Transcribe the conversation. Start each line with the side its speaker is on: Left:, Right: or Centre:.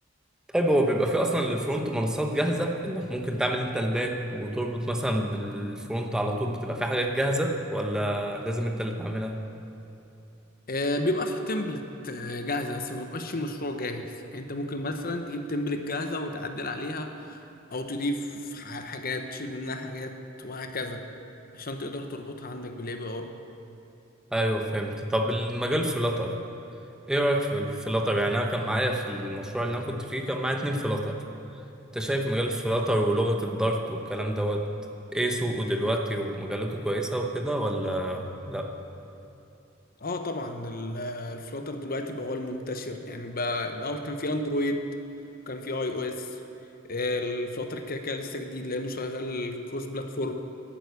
Centre: طيب هو بيبقى فيه اصلا للفرونت منصات جاهزه انك ممكن تعمل انت الباك وتربط مثلا بالفرونت على طول بتبقى فيه حاجات جاهزه ولا لازم انت اللي تعملها
Left: آه، بيبقى في تمبلت آه، جاهزة بس ما بيبقاش في مشروع جاهز يعني انت ممكن مثلا تجيب تمبلت جاهزة وتعدل عليها او تضيف ح- حاجات تشيل منها حاجات وهكذا عشان تقدر تربطها عندك بالاي بي اي
Centre: ايوه فهمت طب المجال فلاتر ايه رايك في الفلاتر يعني انا كان معايا في المشروع اللي انا كنت فيه كان معايا اتنين فلاتر انت شايف مجال الفلاتر ولغه الدارت والكلام دوت ايه سوقه دلوقتي ومجالاته كويسه وكده ولا لا
Left: اه طبعا ال- آه، الفلاتر دلوقتي بقى هو المنتشر يعني بقى الاول كان في اندرويد وكان في اي او اس الفلاتر كده كده لسه جديد لانه شغال كروس بلاتفورم